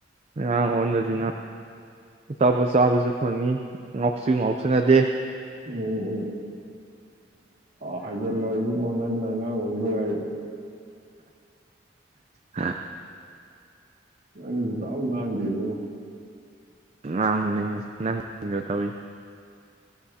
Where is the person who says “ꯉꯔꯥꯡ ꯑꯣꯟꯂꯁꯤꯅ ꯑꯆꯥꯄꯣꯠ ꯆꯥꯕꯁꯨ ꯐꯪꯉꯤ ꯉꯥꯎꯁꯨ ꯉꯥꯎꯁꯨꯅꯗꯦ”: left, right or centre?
Right